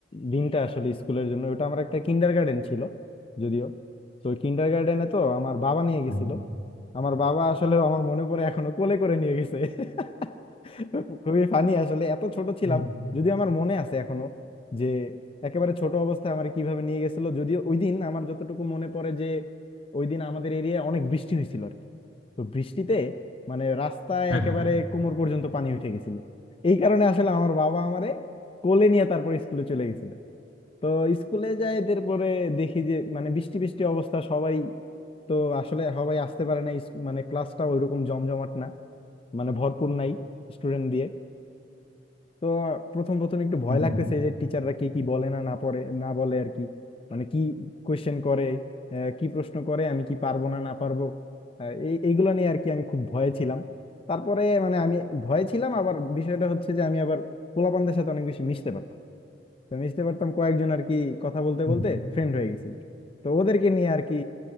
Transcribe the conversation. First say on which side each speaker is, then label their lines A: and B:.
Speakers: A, on the left; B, on the left.
A: দিনটা আসলে স্কুলের জন্য ওটা আমার একটা কিন্ডার গার্ডেন ছিল যদিও তো কিন্ডার গার্ডেনে তো আমার বাবা নিয়ে গেছিল
B: হুম।
A: আমার বাবা আসলে আমার মনে পড়ে এখনো কোলে করে নিয়ে গেছে <laughs> খুবই ফানি আসলে এত ছোট ছিলাম
B: হুম।
A: যদি আমার মনে আছে এখনো যে একেবারে ছোট অবস্থায় আমার কিভাবে নিয়ে গেছিল যদিও ওই দিন আমার যতটুকু মনে পড়ে যে ওই দিন আমাদের এরিয়ায় অনেক বৃষ্টি হয়েছিল আর কি। তো বৃষ্টিতে মানে রাস্তায়
B: হ্যাঁ
A: একেবারে
B: হ্যাঁ
A: কোমর পর্যন্ত পানি উঠে গেছিল এই কারণে আসলে আমার বাবা আমারে কোলে নিয়ে তারপর স্কুলে চলে গেছিলেন তো স্কুলে যাই তারপরে দেখি যে মানে বৃষ্টি বৃষ্টি অবস্থা সবাই তো আসলে সবাই আসতে পারে না ইস- মানে ক্লাসটা ওইরকম জমজমাট না মানে ভরপুর নাই স্টুডেন্ট দিয়ে তো প্রথম প্রথম একটু ভয়
B: হুম,
A: লাগতেছে
B: হুম,
A: যে টিচাররা কি কি বলে না না পড়ে না বলে আর কি মানে কি কোয়েশ্চেন করে আহ, কি প্রশ্ন করে আমি কি পারবো না না পারবো আহ, এই এইগুলো নিয়ে আর কি আমি খুব ভয়ে ছিলাম তারপরে মানে আমি ভয়ে ছিলাম আবার বিষয়টা হচ্ছে যে আমি আবার পোলাপানদের সাথে অনেক বেশি মিশতে পারতাম তো মিশতে পারতাম কয়েকজন আর কি কথা বলতে
B: হুম,
A: বলতে
B: হুম।
A: ফ্রেন্ড হয়ে গেছিল তো ওদেরকে নিয়ে আর কি